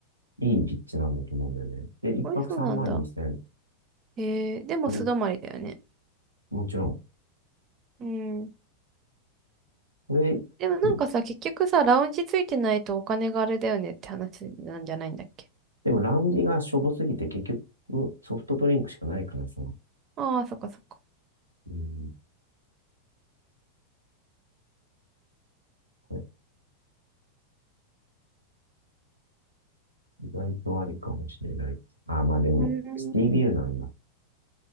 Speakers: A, on the right (about 85°); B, on the right (about 30°).
A: いい立地なんだと思うんだよね。で、一泊3万2000。
B: 美味しそうなんだ。へえ。でも素泊まりだよね。
A: これ、もちろん。
B: うん。
A: これ、
B: でもなんかさ、
A: 一
B: 結局さ、ラウンジついてないとお金があれだよねって話なんじゃないんだっけ
A: でもラウンジがしょぼすぎて結局ソフトドリンクしかないからさ。
B: ああー、そっかそっか。
A: うん。これ意外とありかもしれない。あ、まあでも、
B: うーん。
A: シティビューなんだ。